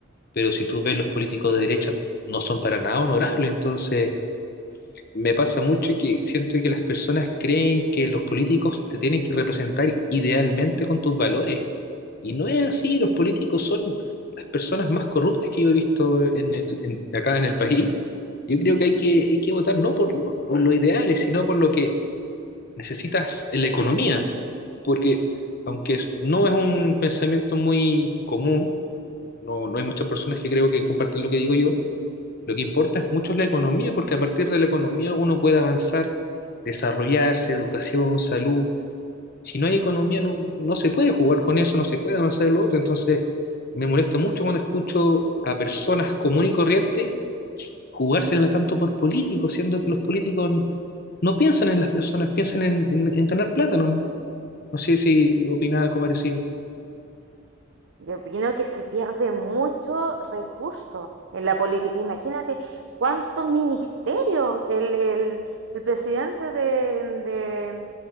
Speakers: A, on the left; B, on the right.
A: pero si tú ves los políticos de derecha no son para nada honorables. Entonces, me pasa mucho que siento que las personas creen que los políticos te tienen que representar idealmente con tus valores. Y no es así. Los políticos son las personas más corruptas que yo he visto en el, en- acá en el país. Yo creo que hay que, hay que votar no por lo- lo- los ideales, sino por lo que necesitas la economía, porque aunque es- no es un pensamiento muy común, no, no hay muchas personas que creo que compartan lo que digo yo, lo que importa es mucho la economía, porque a partir de la economía uno puede avanzar, desarrollarse, educación, salud. Si no hay economía, no, no se puede jugar con eso, no se puede avanzar en lo otro. Entonces, me molesta mucho cuando escucho a personas comunes y corrientes jugársela tanto por políticos, siendo que los políticos n- no piensan en las personas, piensan en, en- en ganar plata nomás. No sé si opina algo parecido.
B: Yo opino que se pierde mucho recurso en la política. Imagínate cuántos ministerios el, el, el presidente de, de,